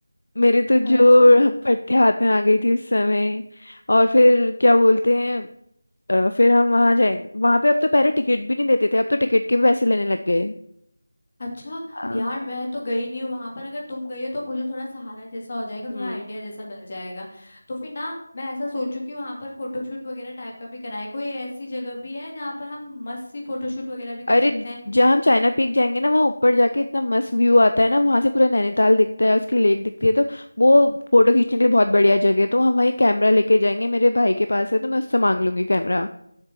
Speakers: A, on the left; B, on the left.
A: मेरे तो जो
B: अच्छा
A: पट्टे हाथ में आ गई थी उस समय और फिर क्या बोलते हैं अ, फिर हम वहां जाएंगे वहां पे अब तो पहले टिकट भी नहीं देते थे अब तो टिकट के भी पैसे लेने लग गए
B: अच्छा
A: हाँ
B: यार मैं तो गई नहीं हूँ वहां पर अगर तुम गई हो तो मुझे थोड़ा सहारा जैसा हो जाएगा थोड़ा
A: हम्म
B: आइडिया जैसा मिल जाएगा तो फिर ना मैं ऐसा सोचू कि वहां पर फोटोशूट वगैरह टाइप का भी कराए कोई ऐसी जगह भी है जहाँ पर हम मस्त सी फोटोशूट वगैरह भी कर
A: अरे
B: सकते हैं
A: जहाँ हम चाइना पीक जाएंगे ना वहाँ ऊपर जाके इतना मस्त व्यू आता है ना वहां से पूरा नैनीताल दिखता है उसकी लेक दिखती है तो वो फोटो खींचने के लिए बहुत बढ़िया जगह है तो हम वही कैमरा लेके जाएंगे मेरे भाई के पास है तो मैं उससे मांग लूंगी कैमरा